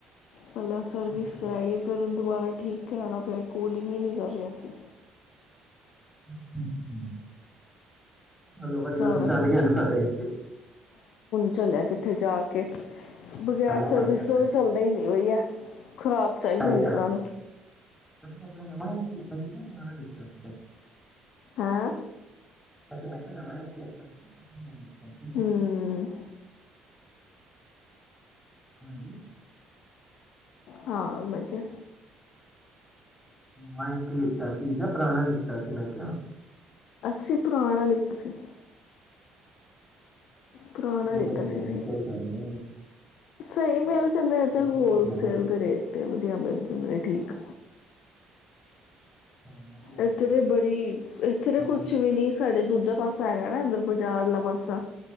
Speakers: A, on the left; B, in the centre.
A: ਪਹਿਲਾਂ ਸਰਵਿਸ
B: ਅੱਛਾ
A: ਕਰਾਈ ਏ, ਫਿਰ ਹੁਣ ਦੁਬਾਰਾ ਠੀਕ ਕਰਾਉਣਾ ਪਿਆ ਕੂਲਿੰਗ ਹੀ ਨਹੀਂ ਕਰ ਰਿਹਾ ਸੀ
B: ਅੱਛਾ-ਛਾ ਚਲੋ ਵਧੀਆ
A: ਸਾਰਾ
B: ਹੁਣ ਚੱਲ
A: ਕੁਛ
B: ਗਿਆ ਨਾ ਤੁਹਾਡਾ ਏ ਸੀ
A: ਚਲਿਆ ਕਿੱਥੇ ਜਾ ਕੇ ਬਗ਼ੈਰ
B: ਚਲੋ
A: ਸਰਵਿਸ
B: ਵਧੀਆ
A: ਤੋਂ
B: ਭੈਣ ਜੀ
A: ਚੱਲਦੇ ਹੀ ਨ ਉਹੀ ਏ ਖੁਰਾਕ ਚਾਹੀ
B: ਸਹੀ
A: ਦੀ ਹੁੰਦੀ
B: ਗੱਲ
A: ਇਹਨਾਂ ਨੂੰ
B: ਹੈ ਤੁਸੀਂ ਆਪਣਾ ਨਵਾਂ ਲਿਤਾ ਸੀ ਤਾਂ ਪੁਰਾਣਾ ਲਿਤਾ ਸੀ
A: ਹੈਂ
B: ਅਸੀਂ ਮੈਂ ਕਿਹਾ ਨਵਾਂ ਏ ਸੀ ਲਿਤਾ ਸੀ <unintelligible>
A: ਹਮ
B: ਹਾਂਜੀ
A: ਹਾਂ, ਮੈਂ ਕਿਹਾ
B: <unintelligible> ਤਾ ਸੀ ਜਾਂ ਪੁਰਾਣਾ ਲਿਤਾ ਸੀ ਮੈਂ <unintelligible>
A: ਅੱਸੀ ਪੁਰਾਣਾ ਲਿਤਾ ਸੀ ਪੁਰਾਣਾ
B: ਚਲੋ
A: ਲਿੱਤਾ
B: ਵਧੀਆ
A: ਸੀ
B: ਹੈ
A: ਅਸੀਂ
B: ਕੋਈ ਗੱਲ ਨੀ
A: ਸਹੀ ਮਿਲ ਜਾਂਦੇ ਇੱਥੇ ਹੋਲਸੇਲ
B: ਹੋਰ ਸੁਣਾਓ
A: ਦੇ ਰੇਟ ਤੇ ਵਧੀਆ, ਮਿਲ ਜਾਂਦੇ ਨੇ ਠੀਕ
B: ਚਲੋ ਵਧੀਆ
A: ਇੱਥੇ
B: ਗੱਲ
A: ਤੇ
B: ਹੈ
A: ਬੜੀ ਇੱਥੇ ਤੇ
B: ਉਹ
A: ਕੁਛ ਵੀ ਨੀ ਸਾਡੇ ਧੁੱਪ ਦੂਜਾ ਪਾਸਾ ਹੈਗਾ ਨਾ ਇੰਦਰ ਬਾਜ਼ਾਰ ਵਾਲਾ ਪਾਸਾ